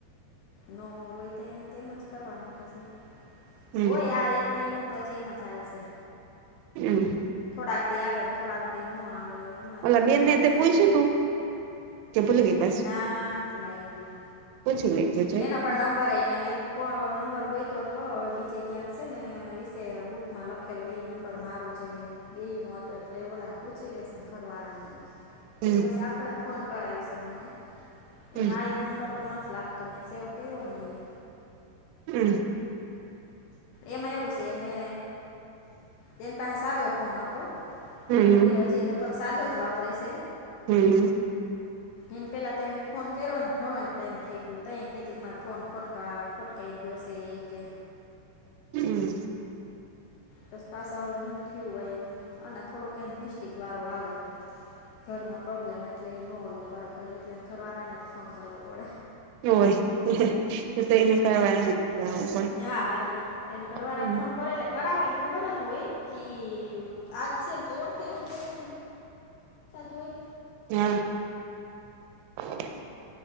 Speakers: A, on the left; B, on the right.
A: ન હોય તો તેમજ કરવાનો પછી
B: હમ
A: હોય આ એક મહિનો તો જ એમજ હાલશે
B: હમ
A: થોડાક દી આવે ને થોડાક દી ન આવે હમણાં
B: ઓલા
A: તો કઈ
B: બેનને
A: કામ
B: તે
A: છે
B: પૂછ્યું
A: નઈ
B: તું કે ભૂલી ગઈ પાછું
A: ના ભૂલાય ગયું.
B: પૂછી લેજે
A: એના પણ નંબર એને એક ફ નંબર ગોઈતો તો હવે બીજે ક્યાંક છે ને એશે બુકમાં લખેલો એ નંબર મા <inaudible> બે નો હતો એટલે ઓલાને પૂછી લેશે ઘરવાળાની
B: હમ
A: એ પછી આફડા ફોન કરાવી છે મને
B: હમ
A: એનો આ એક નંબર તો નથી લાગ તો મેં સેવ કર્યો નહી
B: હમ
A: એમાં એવું છે એને તેન પાસે સાદો ફોન હતો.
B: હમ
A: જોકે હજી લગભગ સાદો જ વાપરે છે.
B: હમ
A: એને પેલા તમે ફોન કર્યોને ઘણો એક ટાઈમ થઈ ગયો તઈ કેતી મારે ફોન ખોટકા ખોટ <inaudible> સેઈ કે
B: હમ
A: બસ પાછા વળે હું થયું હોય એ અને થોડુંક એને મિસ્ટેક વાળું આલે ઘરમાં પ્રોબ્લેમ એટલે એ ન ઓલું કરે ખરે એટલેને ઘરવારાને જ ફોન કરવો પડે.
B: <unintelligible>
A: હા એને ઘરવાળાને
B: હમ
A: ફોન કરેલા કરાવેને ખબર જ હોય કે આજ છે એમ તો <unintelligible> ઓળખતા જ હોય.
B: <inaudible>